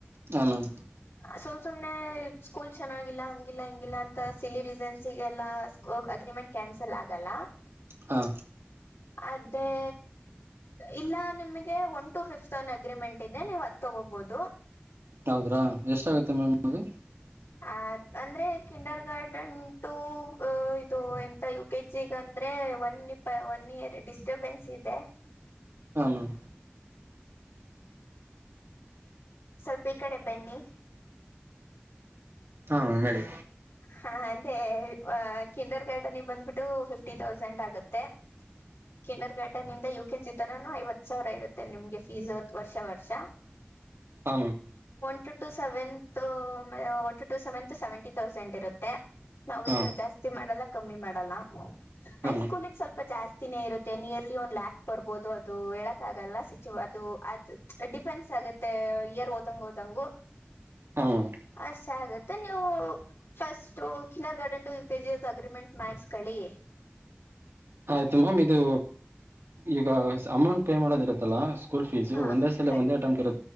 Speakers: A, on the right (about 85°); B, on the left (about 85°).
A: ಹಾಂ ಮ್ಯಾಮ್
B: ಸುಮ ಸುಮನೆ ಸ್ಕೂಲ್ ಚೆನ್ನಾಗಿಲ್ಲ ಹಂಗಿಲ್ಲ ಹಿಂಗಿಲ್ಲ ಅಂತ ಸಿಲ್ಲಿ ರೀಸನ್ಸ್ಲ್ಲಾ ಅಗ್ರಿಮೆಂಟ್ ಕ್ಯಾನ್ಸಲ್ ಆಗಲ್ಲ
A: ಹಾ
B: ಅದೇ ಇಲ್ಲ ನಿಮಗೆ one to fifth one agreement ಇದೆ ನೀವು ಅದೇ ತಗೋಬಹುದು ತಗೋ ಹೋಗ್ಬೋದು
A: ಹೌದ್ರಾ ಎಷ್ಟಾಗುತ್ತೆ ಮೇಮ್ಿ ಅದು
B: ಅ ಅಂದ್ರೆ ಕಿಂಡರ್ ಗಾರ್ಡನ್ ಟು ಅ ಇದು ಎಂತ ಯು ಕೆ ಜಿಗ ಅಂದ್ರೆ ಒನ್ ಇಯರ್ ಡಿಸ್ಟರ್ಬೆನ್ಸ್ ಇದೆ
A: ಹಾಂ ಮ್ಯಾಮ್
B: ಸ್ವಲ್ಪ ಈ ಕಡೆ ಬನ್ನಿ
A: ಹಾ ಬೆಳಿ
B: ಹಾ ಅಂದೆ ಕಿಂಡರ್ ಗಾರ್ಡನ್ಿಗೆ ಬಂದ್ಬಿಟ್ಟು ಫಿಫ್ಟಿ ತೌಸಂಡ್ ಆಗುತ್ತೆ ಕಿನ್ನರ್ ಗಾರ್ಡನ್ ಇಂದ ಯು ಕೆ ಜಿತನಾನು ಐವತ್ ಸಾವಿರ ಇರುತ್ತೆ ನಿಮ್ಗೆ ಫೀಸ್ ವರ್ಷ ವರ್ಷ
A: ಹ
B: ಒ ಟ seventh one to seventh seventy thousand ಇರುತ್ತೆ ನಾವಿನ್ನು
A: ಹಾಂ
B: ಜಾಸ್ತಿ ಮಾಡಲ್ಲ ಕಮ್ಮಿ ಮಾಡಲ್ಲ
A: ಹಾಂ
B: ಹೈಸ್ಕೂಗ್
A: ಮ್ಯಾಮ್
B: ಸ್ವಲ್ಪ ಜಾಸ್ತಿ ಿನ ಇರುತ್ತೆ ನಿಯರ್ಲಿ ಒಂದು್ ಲ್ಾಕ್ ಬರ್ಬೋದು ಅದು ಹೇಳಕ್ಗಲ್ಲ ಸಿಚ ಅದು ಅದು ಡಿಪೆಂಡಸ್ ಗೆ ಇಯರ್ ಓದಂಗ ಹಓದಂಗ
A: ಹಾಂ ಮ್ಯಾಮ್
B: ಅಷ್ಟ್ ಆಗುತ್ತೆ ನೀವು first kindergarten to U KG agreement ಮಾಡಸ್ಕಳಿ
A: ಆಯ್ತು ಮ್ಯಾಮ್ ಇದು ಈಗ ಅಮೌಂಟ್ ಪೇ ಮಾಡೋದ್ ಇರುತ್ತಲ್ಲ ಸ್ಕೂಲ್ಫೀಸ್
B: ಹಾ
A: ಒಂದ ಸಲ
B: ಸರಿ
A: ಒಂದೇ ಅಟೆಂಟ್ ಇರು